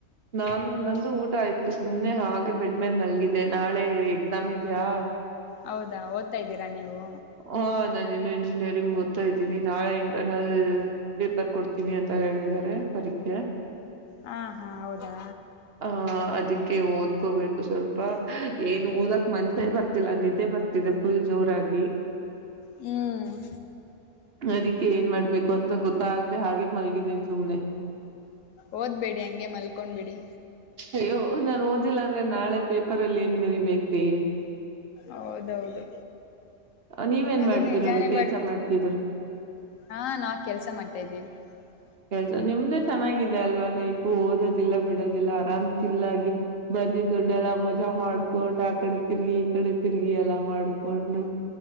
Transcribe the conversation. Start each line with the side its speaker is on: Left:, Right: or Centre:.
Right: ನಾನು ನಂದು ಊಟ ಆಯ್ತು ಸುಮ್ನೆ ಹಾಗೆ ಬೆಡ್ಮೇಲ್ ಮಲ್ಗಿದ್ದೆ ನಾಳೆ ಎಕ್ಸಾಮ್ ಇದ್ಯಾ
Left: ಹೌದಾ ಓದ್ತಾ ಇದ್ದೀರಾ ನೀವು
Right: ಹಾ ನಾನೇನು ಇಂಜಿನಿಯರಿಂಗ್ ಓದ್ತಾ ಇದ್ದೀನಿ ನಾಳೆ ಇಂಟರ್ನಲ್ ಪೇಪರ್ ಕೊಡ್ತೀನಿ ಅಂತ ಹೇಳಿದ್ದಾರೆ ಪರೀಕ್ಷೆ.
Left: ಹಾ ಹಾ ಹೌದಾ
Right: ಹ ಅದಕ್ಕೆ ಓದ ಓದಕೋಬೇಕು ಸ್ವಲ್ಪ ಏನು ಓದಕ್ ಮನ್ಸೇ ಬರ್ತಿಲ್ಲ ನಿದ್ದೆ ಬರ್ತಿದೆ ಫುಲ್ ಜೋರಾಗಿ
Left: ಹ್ಮ್ಹೂಂ
Right: ಅದಕ್ಕೆ ಏನ್ ಮಾಡ್ಬೇಕು ಅಂತ ಗೊತ್ತಾಗಗದೆ ಹಾಗೆ ಮಲ್ಗಿದ್ದೀನ್ಿ ಸುಮ್ನೆ
Left: ಓದ್ಬೇಡಿ ಹಂಗೆ ಮಲ್ಕೊಂಡ್ ಬಿಿಡಿ
Right: ಅಯ್ಯೋ ನಾನ್ ಓದಿಲ್ಲ ಅಂದ್ರೆ ನಾಳೆ ಪೇಪರ್ ಅಲ್ಲಿ ಏನ್ ಬರಿಬೇಕ್ರಿ
Left: ಹೌದೌದು
Right: ನೀವೇನ್
Left: ಅದು
Right: ಮಾಡ್ತಿರೋದು
Left: ನಿಜಾನೇ
Right: ಕೆಲ್ಸ
Left: ಬಟ್
Right: ಮಾಡ್ತಿದ್ರರು
Left: ಹಾ ನಾವ್ <unintelligible>
Right: ಕೆಲ್ಸ ನಿಮ್ದೇ ಚೆನ್ನಾಗಿದೆ ಅಲ್ವಾ ಲೈಫು ಓದೋದಿಲ್ಲ ಬಿಡೋದಿಲ್ಲ ಆರಾಮ್ ಚಿಲ್ಲಾಗಿ ಬಂದಿ ದುಡ್ಡೆಲ್ಲಾ ಮಜಾ ಮಾಡ್ಕೊಂಡ್ ಆ ಕಡೆ ತಿರ್ಗಿ ಈ ಕಡೆ ತಿರ್ಗಿ ಎಲ್ಲಾ ಮಾಡ್ಕೊಂಡು.